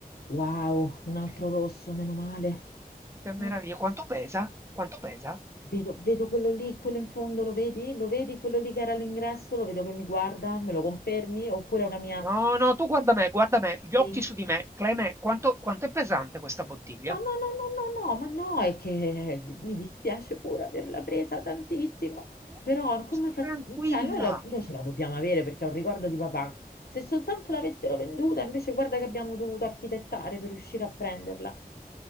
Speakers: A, on the left; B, on the right.
A: Wow, un altro
B: Ok.
A: rosso, meno male.
B: Che meraviglia.
A: Mm.
B: Quanto pesa? Quanto pesa?
A: Vedo, vedo quello lì, quello in fondo, lo vedi? Lo vedi quello lì che era all'ingresso? Lo vedo che mi guarda, me lo confermi? Oppure è una mia...
B: No, no, tu guarda me, guarda me, gli
A: Sì.
B: occhi su di me. Cleme, quanto, quanto è pesante questa bottiglia?
A: No, no, no, no, no, no, ma no, è che mi dispiace pure averla presa tantissimo,
B: No,
A: però come fa...
B: Tranquilla.
A: cioè, noi, la- noi ce la dobbiamo avere perché è un ricordo di papà. Se soltanto l'avessero venduta, invece guarda che abbiamo dovuto architettare per riuscire a prenderla.